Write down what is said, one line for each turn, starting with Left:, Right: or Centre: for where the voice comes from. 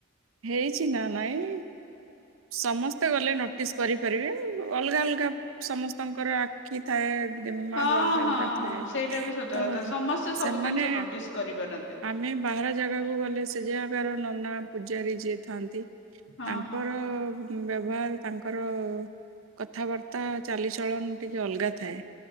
Right: ହେଇଛି ନା ନାଇଁ। ସମସ୍ତେ ଗଲେ ନୋଟିସ୍ କରିପାରିବେ ଅଲଗା ଅଲଗା ସମସ୍ତଙ୍କର ଆଖି ଥାଏ। ଦିମାଗ
Left: ହଁ
Right: ଅଲଗା ଅଲଗା
Left: ହଁ
Right: ଥାଏ
Left: ସେଇଟା ବି ସତ
Right: ତ
Left: କଥା ସମସ୍ତେ
Right: ସେମାନେ
Left: ସବୁ ଜିନିଷ ନୋଟିସ କରିପାରନ୍ତି।
Right: ଆମେ ବାହାର ଜାଗାକୁ ଗଲେ ସେ ଜାଗାର ନନା ପୂଜାରୀ ଯିଏ ଥାଆନ୍ତି।
Left: ହଁ
Right: ତାଙ୍କର
Left: ହଁ।
Right: ବ୍ୟବହାର ତାଙ୍କର କଥାବାର୍ତ୍ତା ଚାଲିଚଳନ ଟିକେ ଅଲଗା ଥାଏ।